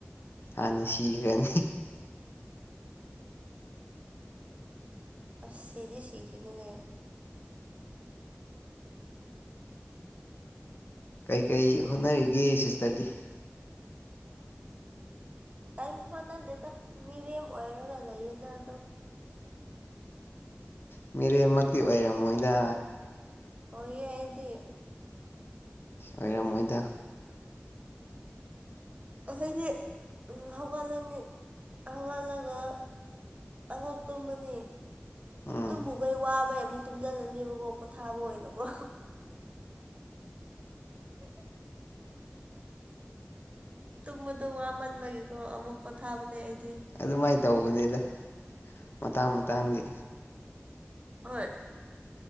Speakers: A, on the left; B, on the right.
A: ꯑꯩꯗꯤ ꯁꯤꯒꯔꯥꯅꯤ
B: ꯑꯁ ꯁꯤꯗꯤ ꯁꯤꯈꯤꯅꯨꯍꯦ
A: ꯀꯩ ꯀꯩ ꯍꯣꯠꯅꯔꯤꯒꯦ ꯁꯤꯁꯇꯔꯗꯤ
B: ꯀꯦꯝ ꯍꯣꯠꯅꯗꯦꯗ ꯃꯤꯔꯝ ꯑꯣꯏꯔꯒ ꯂꯩꯌꯦꯗ ꯑꯗꯨꯝ
A: ꯎ ꯃꯤꯔꯦꯝ ꯃꯛꯇꯤ ꯑꯣꯏꯔꯝꯃꯣꯏꯗ
B: ꯑꯣꯏꯌꯦ ꯑꯩꯗꯤ
A: ꯑꯣꯏꯔꯝꯃꯣꯏꯗ
B: ꯑꯩꯈꯣꯏꯗꯤ ꯍꯧꯒꯠꯂꯅꯤ ꯍꯧꯒꯠꯂꯒ ꯑꯃꯨꯛ ꯇꯨꯝꯃꯥꯅꯤ
A: ꯎꯝ
B: ꯇꯨꯝꯃꯨꯕꯩ ꯋꯥꯕꯩ ꯑꯃꯨꯛ ꯇꯨꯝꯁꯤꯜꯂꯅꯤꯕꯀꯣ ꯄꯣꯊꯥꯕ ꯑꯣꯏꯅꯀꯣ ꯇꯨꯝꯕꯗꯣ ꯋꯥꯃꯟꯕꯒꯤꯀꯣ ꯑꯃꯨꯛ ꯄꯣꯊꯥꯕꯅꯦ ꯑꯩ
A: ꯑꯗꯨꯃꯥꯏꯅ ꯇꯧꯕꯅꯤꯗ ꯃꯇꯥꯡ ꯃꯇꯥꯡꯒꯤ
B: ꯍꯣꯏ